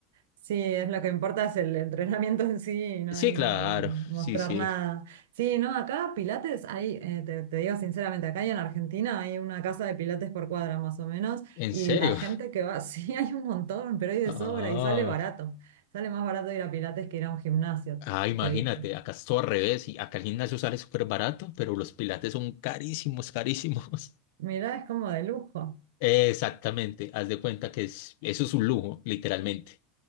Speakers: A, on the right; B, on the left.
A: Sí, es lo que importa es el entrenamiento en sí y no
B: Sí,
A: ir
B: claro,
A: a mostrar
B: sí, sí.
A: nada. Sí, no, acá Pilates hay, eh, te, te digo sinceramente, acá y en Argentina hay una casa de Pilates por cuadra más o menos
B: ¿En
A: y
B: serio?
A: la gente
B: <laughs>
A: que va, <laughs> sí, hay un montón, pero hay de
B: Ah,
A: sobra y sale barato. Sale más barato ir a Pilates que ir a un gimnasio,
B: ah, imagínate,
A: te digo.
B: acá es todo al revés y acá el gimnasio sale súper barato, pero los pilates son carísimos, carísimos.
A: Mirá, es como de lujo.
B: <laughs> Exactamente, haz de cuenta que es, eso es un lujo, literalmente.